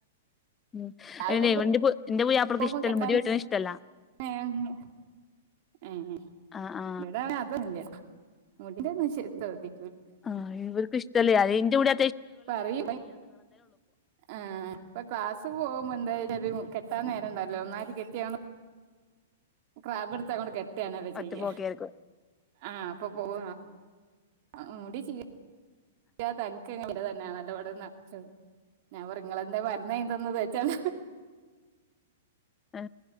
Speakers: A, on the left (about 20°); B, on the right (about 50°).
A: ഉം
B: രാവിലെ
A: എന്റെ എന്റെ പുയ്യാപ്പളാക്ക്
B: പോകുമ്പോ
A: ഇഷ്ട്ടല്ല
B: കെട്ടാൻ
A: മുടി വെട്ടണത് ഇഷ്ടല്ല.
B: ഏഹ് ഹം ഏഹ്
A: ആ ആ
B: ഇവിട അതൊന്നില്ല ഉട ശ എന്തോതി
A: ആഹ് ഇവർക്ക് ഇഷ്ടല്ലേ അ എന്റെ കൂടെ
B: പറയി ആഹ് ഇപ്പൊ ക്ലാസ്സ് പോകുമ്പോ എന്തായ കെട്ടാ നേരണ്ടല്ലോ ഒന്നായിം കെട്ടിയ ക്രാബ് എടുത്ത് ട്ടാണത് ചെയ്യ
A: ഒറ്റ പോക്കായിരിക്കും
B: ആഹ് അപ്പൊ പോവ ആഹ് മുടി ചീ തനിക്ക് തന്നെയ നല്ലപ <unintelligible> നറച്ചത് ഞാൻ പറ നിങ്ങൾ എന്താ എന്ന ഇതൊന്നു തേ ചല
A: ആ